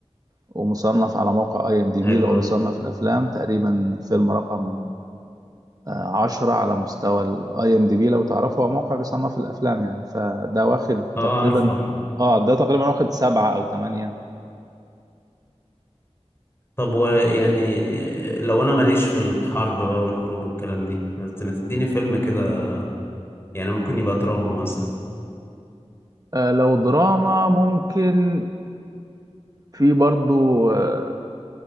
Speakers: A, on the right; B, on the left.
A: ومصنف على موقع اي ام دي
B: حلو
A: بي اللي هو بيصنف
B: أوي.
A: الافلام تقريبا فيلم رقم آه، عشرة على مستوى الاي ام دي بي لو تعرفه هو موقع بيصنف الافلام يعني فده واخد
B: اه
A: تقريبا
B: عارفه عارفه
A: اه ده تقريبا واخد سبعة او ثمانية
B: طب ويعني لو انا ماليش في الحرب بقى والحروب والكلام دي ما ت- ما تديني فيلم كده يعني ممكن يبقى دراما مثلا
A: آه لو دراما ممكن في برضو آه